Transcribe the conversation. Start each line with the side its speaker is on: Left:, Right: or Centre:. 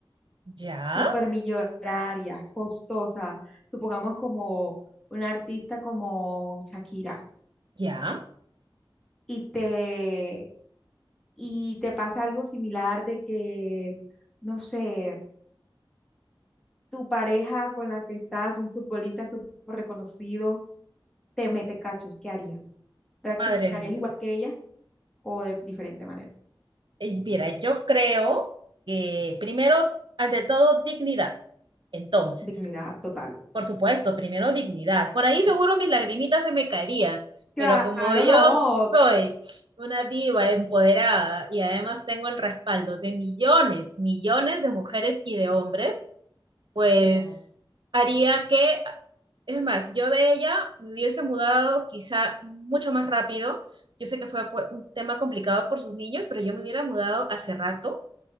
Right: Ya,
Centre: supermillonaria, costosa, supongamos como una artista como Shakira,
Right: ya.
Centre: y te, y te pasa algo similar de que, no sé, tu pareja con la que estás, un futbolista súper reconocido, te mete cachos, ¿qué harías? ¿Reaccionarías
Right: Madre mía.
Centre: igual que ella o de diferente manera?
Right: Eh, Mira, yo creo que primero, ante todo, dignidad. Entonces,
Centre: Dignidad total.
Right: por supuesto, primero dignidad. Por ahí seguro mis lagrimitas se me caerían,
Centre: Claro,
Right: pero como yo
Centre: no,
Right: soy una diva empoderada y además tengo el respaldo de millones, millones de mujeres y de hombres, pues
Centre: total.
Right: haría que, es más, yo de ella me hubiese mudado quizá mucho más rápido. Yo sé que fue pues, un tema complicado por sus niños, pero yo me hubiera mudado hace rato